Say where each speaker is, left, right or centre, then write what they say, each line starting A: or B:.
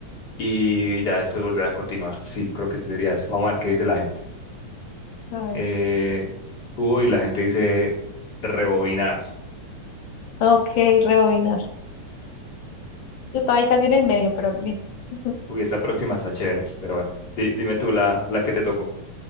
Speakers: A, on the left (about 30°); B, on the left (about 80°).
A: y ya después volver a continuar. Sí, creo que sí sería eso. Vamos a ver qué dice la gente.
B: a ver.
A: Eh, uy, la gente dice rebobinar.
B: Ok, rebobinar. Yo estaba ahí casi en el medio, pero listo. <laughs>
A: Uy, esta próxima está chévere, pero bueno, Di- dime tú la, la que te tocó.